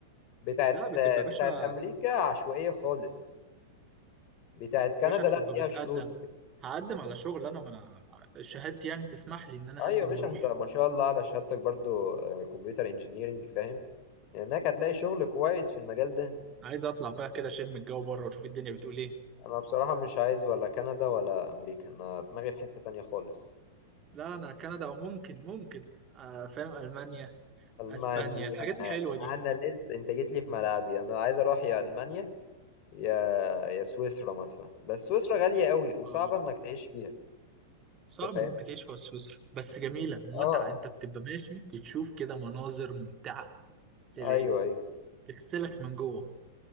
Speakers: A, on the left (about 45°); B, on the right (about 30°).
A: بتاعت
B: لا بتبقى
A: بتاعت
B: باشا
A: أمريكا عشوائية خالص بتاعت كندا
B: باشا بتبقى
A: لا فيها
B: بتقدم
A: شروط وكده
B: هقدم على شغل انا ما انا شهادتي يعني تسمح لي ان انا
A: أيوة
B: اقدم
A: يا باشا
B: واروح
A: أنت ما شاء الله على شهادتك برضو آه، كمبيوتر انجينيرنج فاهم هناك هتلاقي شغل كويس في المجال ده
B: عايز اطلع بقى كده اشم الجو بره واشوف الدنيا بتقول ايه
A: أنا بصراحة مش عايز ولا كندا ولا أمريكا أنا دماغي في حتة تانية خالص
B: لا انا كندا او ممكن ممكن آه فاهم المانيا
A: ألمانيا
B: اسبانيا الحاجات الحلوه دي
A: أنا لسه أنت جيت لي في ملعبي أنا عايز أروح يا ألمانيا يا يا سويسرا مثلا بس سويسرا غالية قوي وصعبة
B: آه.
A: انك تعيش فيها
B: صعب
A: انت فاهم
B: ان انت تعيش في سويسرا بس جميله متعه
A: اه
B: انت بتبقى ماشي بتشوف كده مناظر ممتعه للعين
A: ايوه ايوه
B: بتغسلك من جوه